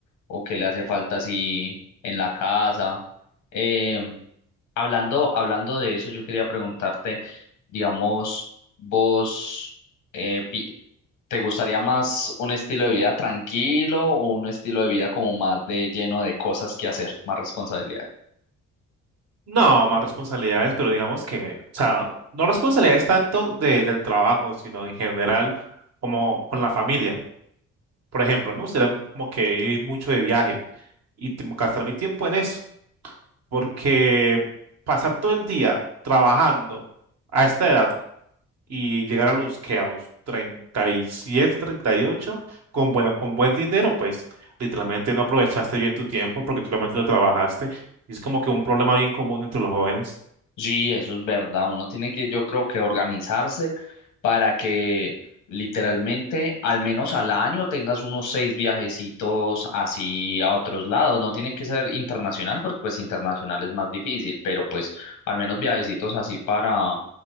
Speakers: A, on the left; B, on the right.
A: o qué le hace falta así en la casa. Em, Hablando, hablando de eso, yo quería preguntarte, digamos, vos, eh, pi- ¿te gustaría más un estilo de vida tranquilo o un estilo de vida como más de lleno de cosas que hacer, más responsabilidades?
B: No, más responsabilidades, pero digamos que, o sea, no responsabilidades tanto de, del trabajo, sino en general como con la familia. Por ejemplo, me gustaría como que ir mucho de viaje y tipo, gastar mi tiempo en eso porque pasar todo el día trabajando a esta edad y llegar a los que a los 37, 38 con bueno, con buen dinero, pues literalmente no aprovechaste bien tu tiempo porque tú realmente no trabajaste. Y es como que un problema bien común entre los jóvenes.
A: Sí, eso es verdad. Uno tiene que, yo creo que organizarse para que literalmente al menos al año tengas unos seis viajecitos así a otros lados. No tiene que ser internacional porque pues internacional es más difícil, pero pues al menos viajecitos así para,